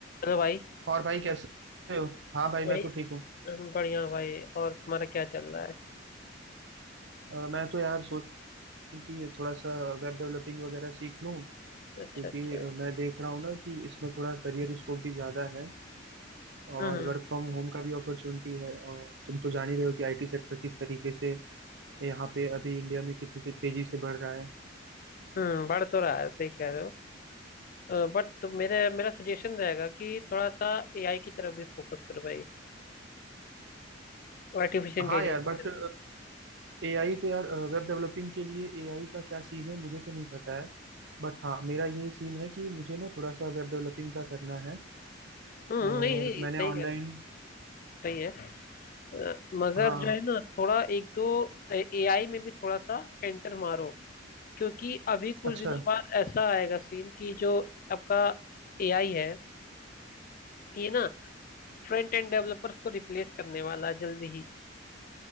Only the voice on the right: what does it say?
और भाई कैसे हो हाँ भाई मैं
तो ठीक हूँ
अ, मैं तो यार सोच रही कि थोड़ा सा वेब डेवलपिंग वगैरह सीख लूँ
क्योंकि
मैं देख रहा हूँ ना कि इसमें थोड़ा करियर स्कोप भी ज़्यादा है और
वर्क फ्रॉम होम का भी अपॉर्चुनिटी है और तुम तो जान ही रहे हो कि आईटी सेक्टर किस तरीके से यहाँ पे अभी इंडिया में कितनी ते- तेजी से बढ़ रहा है
हाँ यार
बट
एआई तो यार वेब डेवलपिंग के लिए एआई का क्या सीन है मुझे तो नहीं पता है बट हाँ मेरा ये सीन है कि मुझे ना थोड़ा सा वेब डेवलपिंग का करना है
और
मैंने
ऑनलाइन
हाँ
अच्छा